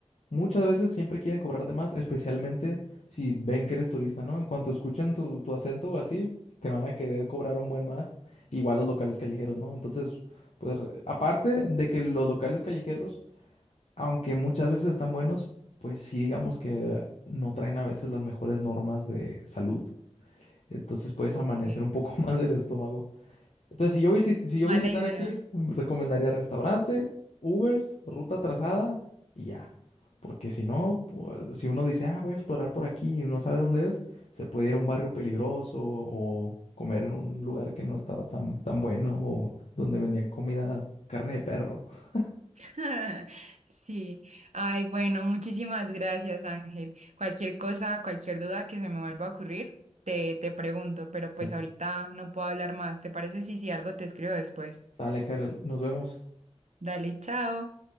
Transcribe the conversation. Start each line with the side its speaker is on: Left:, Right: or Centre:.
Left: Muchas veces siempre quieren cobrarte más, especialmente si ven que eres turista, ¿no? En cuanto escuchen tu, tu acento o así, te van a querer cobrar un buen más. Igual los locales callejeros, ¿no? Entonces, pues re- aparte de que los locales callejeros, aunque muchas veces están buenos, pues sí digamos que no traen a veces las mejores normas de salud. Entonces puedes
Right: ok.
Left: amanecer un poco <laughs> más del estómago. Entonces, si yo visi- si yo
Right: Mala
Left: visitara
Right: idea.
Left: aquí, mm, recomendaría restaurante, Ubers, ruta trazada y ya. Porque si no, pu- si uno dice, ah, voy a explorar por aquí y no sabe dónde es, se puede ir a un barrio peligroso o comer en un lugar que no estaba tan, tan bueno o donde vendían comida, carne de perro. <laughs>
Right: <laughs> Sí. Ay, bueno, muchísimas gracias, Ángel. Cualquier cosa, cualquier duda que se me vuelva a ocurrir, te, te pregunto, pero pues
Left: O
Right: ahorita no puedo hablar más. ¿Te parece si, si algo te escribo después?
Left: sale, Karel, nos vemos.
Right: Dale, chao.